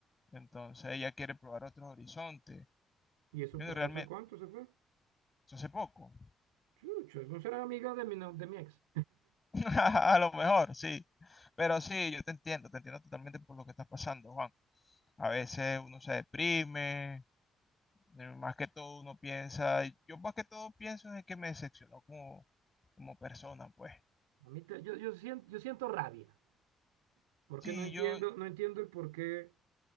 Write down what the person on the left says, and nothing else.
Entonces ella quiere probar otros horizontes.
Yo
no, realmente,
eso hace poco.
<laughs> A lo mejor, sí. Pero sí, yo te entiendo, te entiendo totalmente por lo que estás pasando, Juan. A veces uno se deprime, eh, más que todo uno piensa, yo más que todo pienso en que me decepcionó como, como persona, pues.
Sí,
yo,